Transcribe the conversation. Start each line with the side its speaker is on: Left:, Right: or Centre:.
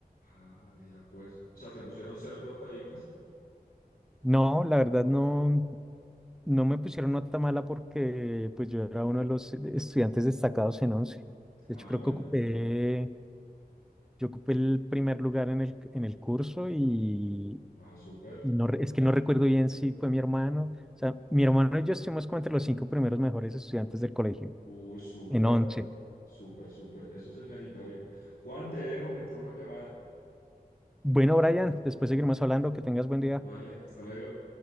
Left: Ah, ya pues. O sea, ¿te pusieron cero en nota ICFES?
Centre: No, la verdad no, no me pusieron nota mala porque pues yo era uno de los estudiantes destacados en 11.
Left: Ah,
Centre: De hecho, creo
Left: bueno.
Centre: que ocupé, yo ocupé el primer lugar en el, en el curso y
Left: Ah, súper.
Centre: Y no, re- es que no recuerdo bien si fue mi hermano. O sea, mi hermano y yo estuvimos como entre los cinco primeros mejores estudiantes del colegio,
Left: Uy, súper.
Centre: en once.
Left: Súper, súper. Eso sí es meritorio. Juan, te dejo, me entró una llamada.
Centre: Bueno, Brian, después seguiremos hablando. Que tengas buen día.
Left: Vale, hasta luego.